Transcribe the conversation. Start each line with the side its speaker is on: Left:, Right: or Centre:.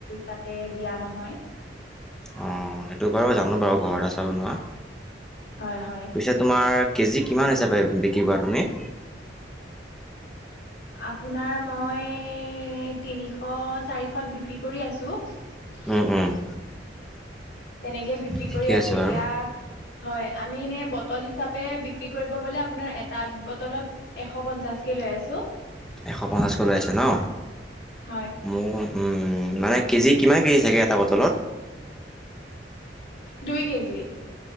Left: তাতে দিয়া নহয়।
Centre: অহ, সেইটো বাৰু জানোঁ বাৰু ঘৰত আচাৰ বনোৱা।
Left: হয়, হয়।
Centre: পিছে তোমাৰ কেজি কিমান হিচাপে বিক্ৰী কৰা তুমি?
Left: আপোনাৰ মই তিনিশ চাৰিশত বিক্ৰী কৰি আছোঁ। <unintelligible>
Centre: উম', উম'।
Left: তেনেকে বিক্ৰী
Centre: ঠিকে
Left: কৰি আছোঁ।
Centre: আছে
Left: এতিয়া
Centre: বাৰু
Left: হয়, আমি এনেই বটল হিচাপে বিক্ৰী কৰিব গ'লে, আপোনাৰ এটা বটলত এশ পঞ্চাশকে লৈ আছোঁ।
Centre: এশ পঞ্চাছকৈ লৈ আছা ন?
Left: হয়
Centre: মোৰ মানে, মানে কেজি কিমান কেজি থাকে এটা বটলত?
Left: দুই কেজি।